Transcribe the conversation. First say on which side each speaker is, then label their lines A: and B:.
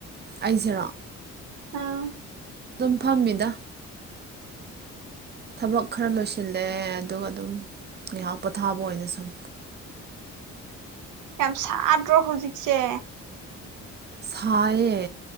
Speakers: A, on the right (about 35°); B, on the right (about 80°).
A: ꯑꯩꯁꯦꯔꯣ
B: ꯑꯥ
A: ꯐꯝꯃꯤꯗꯥ ꯊꯕꯛ ꯈꯔ ꯂꯣꯏꯁꯤꯜꯂꯦ ꯑꯗꯨꯒ ꯑꯗꯨꯝ ꯉꯥꯏꯍꯥꯛ ꯄꯣꯊꯥꯕ ꯑꯣꯏꯅ ꯁꯨꯝ
B: ꯌꯥꯝ ꯁꯥꯗ꯭ꯔꯣ ꯍꯧꯖꯤꯛꯁꯦ
A: ꯁꯥꯏꯌꯦ